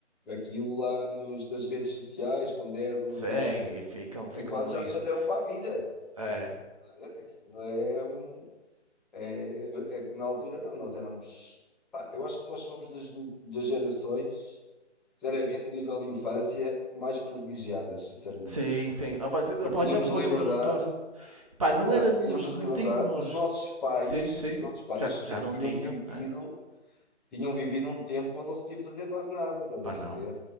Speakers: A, in the centre; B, on the right (about 30°).
A: aquilo lá nos, nas redes sociais, com 10, 11
B: Sim,
A: anos,
B: e ficam, ficam
A: é quase
B: listos.
A: já se chateiam para a vida.
B: É.
A: Estás a ver? Aquilo é um. É, é que na altura, não, nós éramos. pá, eu acho que nós fomos das, das gerações, sinceramente, a nível de infância, mais privilegiadas, sinceramente.
B: Sim, sim. Opa, te-
A: Porque
B: opa,
A: tínhamos
B: Apanhámos uma
A: liberdade,
B: conjuntura. Pá, não
A: yeah,
B: éramos,
A: tínhamos
B: não
A: liberdade.
B: tínhamos.
A: Os nossos pais,
B: Sim, sim.
A: os nossos pais
B: Já, já não
A: tinham
B: tinham,
A: vivido,
B: né?
A: tinham vivido um tempo onde não se podia fazer quase nada, estás
B: Pá,
A: a perceber?
B: não.